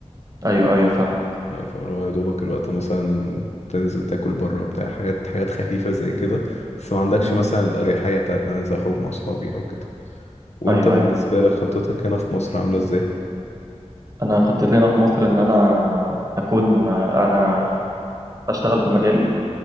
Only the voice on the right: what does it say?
ايوه ايوه فاهم
مم.
ايوه
ايوه
انا خطتي هنا في مصر ان انا اكون انا اشتغل في مجالي